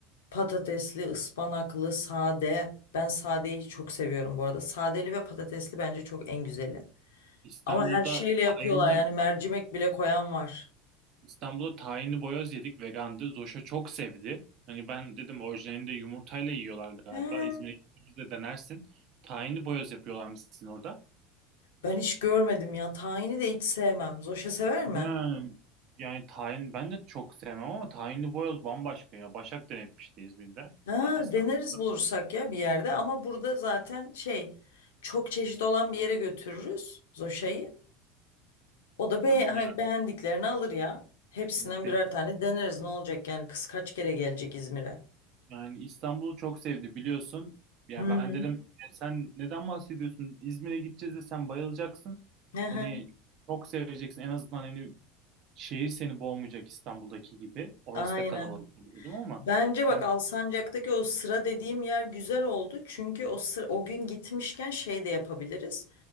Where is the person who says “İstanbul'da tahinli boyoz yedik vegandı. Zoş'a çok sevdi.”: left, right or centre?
Right